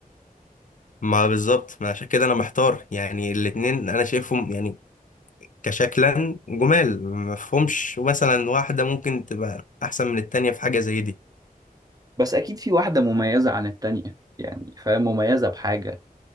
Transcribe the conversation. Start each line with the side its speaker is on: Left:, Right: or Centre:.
Left: ما بالظبط ما عشان كده انا محتار يعني الاتنين انا شايفهم يعني كشكلا جمال مفهومش مثلا واحدة ممكن تبقى أحسن من التانية في حاجة زي دي
Right: بس اكيد في واحدة مميزة عن التانية يعني فاهم مميزة بحاجة